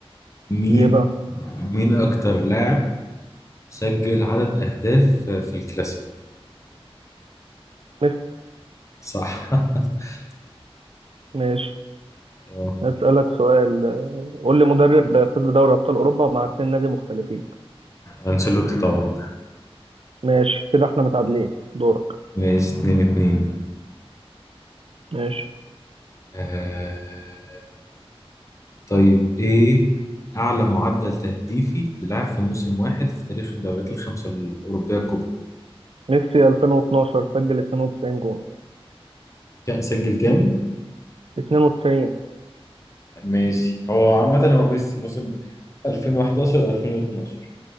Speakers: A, on the left; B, on the right.
A: مين
B: إيه بقى
A: مين اكتر لاعب سجل عدد أهداف في الكلاسيكو
B: ميسي
A: صح <laughs>
B: ماشي
A: آه،
B: أسألك سؤال آه، قول لي مدرب فاز بدوري أبطال أوروبا مع اتنين نادي مختلفين
A: أنشيلوتي طبعا
B: ماشي كده إحنا متعادلين دورك
A: ماشي اتنين اتنين
B: ماشي
A: آه... طيب إيه أعلى معدل تهديفي للاعب في موسم واحد في تاريخ الدوريات الخمسة الأوروبية الكبرى
B: ميسي 2012 سجل 92 جول
A: كا- سجل كام؟
B: 92
A: ماشي هو عامة هو ميسي موسم 2011 2012